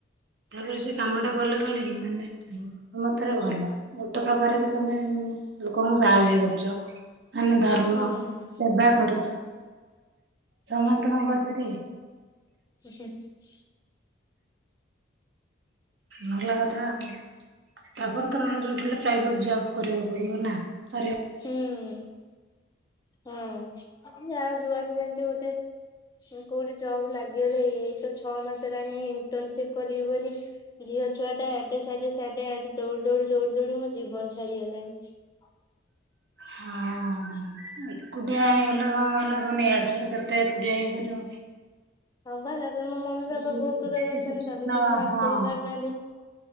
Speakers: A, on the right; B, on the left.
A: ତାପରେ ସେ କାମ ଟା କଲେ କଣ କି ମାନେ ମୋ ମତରେ ଭଲ। ଗୋଟେ ପ୍ରକାର ବି ତମେ ଲୋକଙ୍କୁ ସାହାଯ୍ୟ କରୁଚ। ମାନେ କର୍ମ
B: ହୁଁ
A: ସେବା କରୁଚ। ସମସ୍ତେ କଣ କରିପାରିବେ କି?
B: ହୁ <unintelligible>
A: ଭଲ କଥା ଆଉ। ତାପରେ ତମର ଯୋଉଠି ହେଲେ ପ୍ରାଇଭେଟ ଜବ୍ କରିବାକୁ ପଡିବ, ନା? ତାପରେ
B: ହୁଁ ହଁ ଆଉ ଯୁଆଡେ ଯେମିତି ଗୋଟେ କୋଉଠି ଜବ୍ ଲାଗିଗଲେ, ଏଇତ ଛଅ ମାସ ହେଲାଣି ଇଣ୍ଟର୍ନସିପ କରିବି ବୋଲି ଝିଅ ଛୁଆଟା ଆଡେ ସାଡେ ସାଡେ ଆଡେ ଦୌଡି ଦୌଡି ଦୌଡି ଦୌଡି ମୋ ଜୀବନ ଛାଡିଗଲାଣି। <unintelligible>
A: ହଁ ଏକୁଟିଆ ହେଇଗଲେ କଣ କହିଲ ମାନେ ଇଆଡୁ ସିଆଡ଼ୁ ଯେତେ ଏକୁଟିଆ ହେଇପାରିବ।
B: ହଁ ପା ଯା ମୋ ମମି
A: ହଁ
B: ବାପା ବହୁତ ଦୂରରେ ଅଛନ୍ତି ତାପରେ ସେମାନେ ଆସି
A: ହଁ
B: ବି ପାରୁନାହାନ୍ତି।